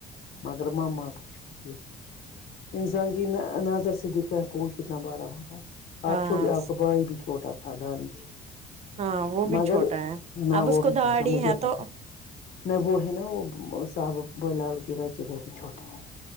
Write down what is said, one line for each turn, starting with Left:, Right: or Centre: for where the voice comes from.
Left: مگر ماما آپ کی چھوٹی ہے انسان یہ نظر سے دکھ رہا ہے کون کتنا بڑا ہوتا ہے
Right: ہاں
Left: آپ چھوٹے آپ کا بھائی بھی چھوٹا تھا دانش
Right: ہاں وہ بھی
Left: مگر
Right: چھوٹا ہے
Left: نہ
Right: اب
Left: وہ
Right: اس کو
Left: بھی چھوٹا
Right: دہاڑی
Left: مجھے پتا
Right: تو
Left: ہے نہ وہ ہے نا وہ صاحب بولاال کے بچے وہ بھی چھوٹے ہیں